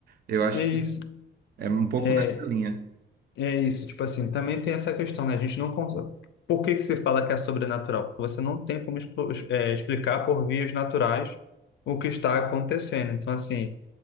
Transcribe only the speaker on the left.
É
isso.
É,
É isso, tipo assim, também tem essa questão, né? A gente não consegue. Por que que se fala que é sobrenatural? Porque você não tem como explo- é, explicar por vias naturais o que está acontecendo. Então, assim,